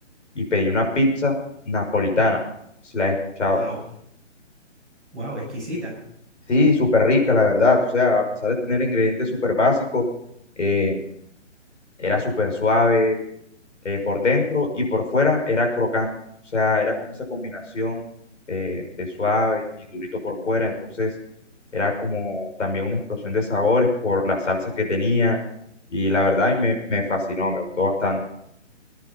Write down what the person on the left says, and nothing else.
y pedí una pizza napolitana. Si la he escuchado.
Sí, súper rica, la verdad. O sea, a pesar de tener ingredientes súper básicos, eh, era súper suave eh, por dentro y por fuera era crocante. O sea, era como esa combinación eh, de suave y durito por fuera. Entonces, era como también una explosión de sabores por la salsa que tenía. Y la verdad, y me, me fascinó, me gustó bastante.